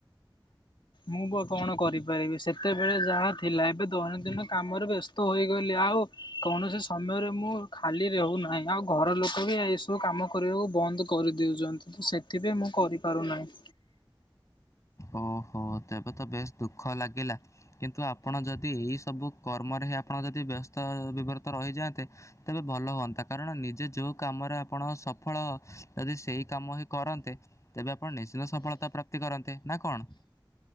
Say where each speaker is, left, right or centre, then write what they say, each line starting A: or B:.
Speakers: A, on the left (about 70°); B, on the left (about 35°).
A: ମୁଁ ବା କଣ କରିପାରିବି ସେତେବେଳେ ଯାହା ଥିଲା ଏବେ ଦୈନନ୍ଦିନ କାମରେ ବ୍ୟସ୍ତ ହୋଇଗଲି ଆଉ କୌଣସି ସମୟରେ ମୁଁ ଖାଲି ରହୁନାହିଁ ଆଉ ଘର ଲୋକ ବି ଏଇସବୁ କାମ କରିବାକୁ ବନ୍ଦ କରିଦେଉଛନ୍ତି ତ ସେଥିପାଇଁ ମୁଁ କରିପାରୁନାହିଁ।
B: ଓହୋ ତେବେ ତ ବେଶ ଦୁଃଖ ଲାଗିଲା। କିନ୍ତୁ ଆପଣ ଯଦି ଏଇସବୁ କର୍ମରେ ହିଁ ଆପଣ ଯଦି ବ୍ୟସ୍ତ ବିବ୍ରତ ରହିଯାଆନ୍ତେ ତେବେ ଭଲ ହୁଅନ୍ତା କାରଣ ନିଜେ ଯୋଉ କାମରେ ଆପଣ ସଫଳ ଯଦି ସେଇ କାମ ହିଁ କରନ୍ତେ ତେବେ ଆପଣ ନିଶ୍ଚିନ୍ତ ସଫଳତା ପ୍ରାପ୍ତି କରନ୍ତେ ନା କଣ।